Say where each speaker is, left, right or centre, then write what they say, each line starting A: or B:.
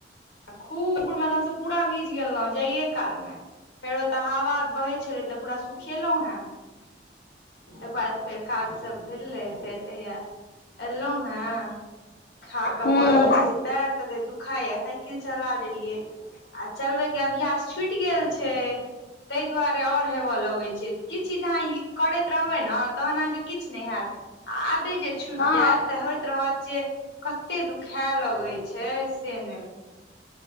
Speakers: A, on the left (about 85°); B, on the left (about 60°).
A: आ खूब एकदम से पूरा भीज गेलहुँ, जाइए कालमे। फेरो ओतऽ हवा बहै छलै तऽ पूरा सुखेलहुॅं हें। ओकर बाद फेर काज सब भेल रहै फेर एलौं। एलहुँ हें, खा कऽ
B: हूँ हूँ
A: पड़ल छी से पैर तत्ते दुखाइ, साइ किल चला लेलियै आ चलबै के अभ्यास छुटि गेल छै। ताहि दुआरे आओर होबय लगै छै, किछु जे अहाँ करैत रहबै ने तहन अहाँके किछु नहि हैत। आदति जे छुटि
B: हँ
A: जायत तऽ, होइत रहत जे, कते दुखाय लगै छै, से नहि।